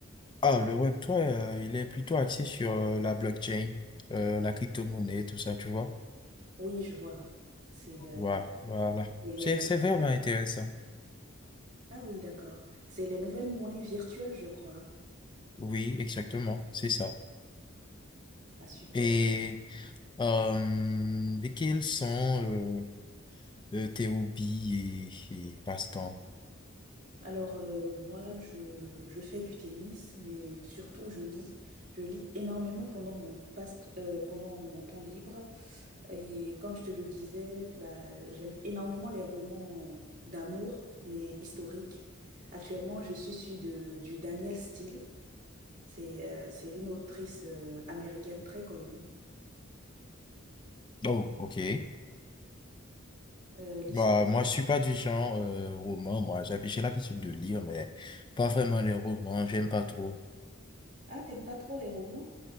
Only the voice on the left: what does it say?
Ah, le Web3, euh, il est plutôt axé sur euh, la blockchain, euh, la crypto-monnaie, tout ça, tu vois.
Voilà, voilà.
C'est, c'est vraiment intéressant.
Oui, exactement, c'est ça.
Et, euh, et quels sont euh, euh, tes hobbies et, et passe-temps?
Oh, ok.
Bah, moi, je suis pas du genre euh, roman, moi. J'hab- J'ai l'habitude de lire, mais pas vraiment les romans. J'aime pas trop.